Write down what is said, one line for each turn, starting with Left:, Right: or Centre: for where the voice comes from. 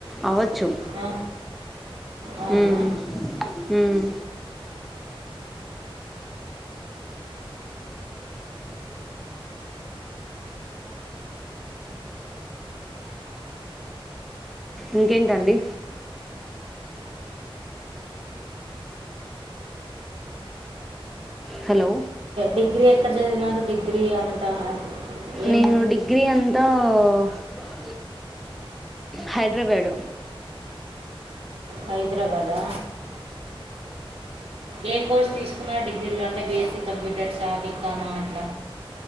Centre: అవ్వచ్చు
Right: ఆ, అవునా
Centre: మ్ మ్ ఇంకేంటండి హలో
Right: డిగ్రీ ఎక్కడ చదివినారు, డిగ్రీ అంతా ఏం
Centre: నేను డిగ్రీ అంతా ఆ హైద్రాబాడు
Right: హైదరాబాదా ఏ కోర్స్ తీసుకున్నారు డిగ్రీలో బిఎస్సి కంప్యూటర్స్ ఆ బికామా అట్ల